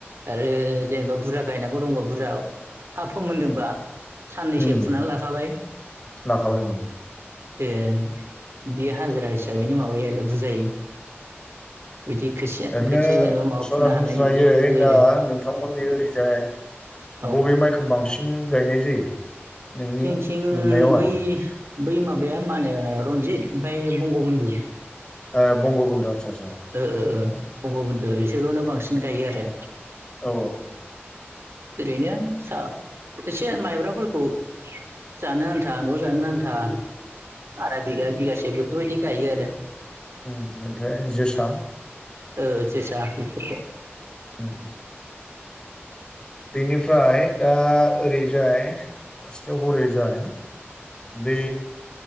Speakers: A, on the right; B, on the left.
A: आरो जेनेबा बुरजा गायनांगौ दंबा बुरजा हा फोमोनदोंबा। साननैसो
B: उम
A: फुना लाखाबाय
B: लाखाबाय आं
A: बियो बियो हाजिरा हिसाबैनो माबायो आरो बुजायो बिदि खोसिया
B: ओरैनो
A: खोथिया जेनेबा माबा
B: सरासनस्रायै
A: फुनो हानाय बिदि बुजाययो
B: दा नोंथांमोननि ओरैजाय
A: <inaudible>
B: बबे माइखो बांसिन गायनाय जायो? नोंनि
A: जोंनिथिं
B: नुनायाव आरो
A: बै बै माबाया मा होनो रन्जित। ओमफाय बंगबन्धु
B: ओ बंगबन्धु आदसा आदसा
A: ओ ओ ओ। बंगबन्धु इसोरखौनो बांसिन गायो आरो।
B: औ
A: ओरैनो सा एसे माइब्राफोरखौ जानो आन्था न'आव जानो आन्था आदा बिगा बिगासे बेफोरबायदि गायो आरो।
B: उम एमफ्राय जोसा?
A: ओ जोसा बेफोरखौ।
B: उम बेनिफ्राय दा ओरैजाय नोंसिनाव हरै जाय बे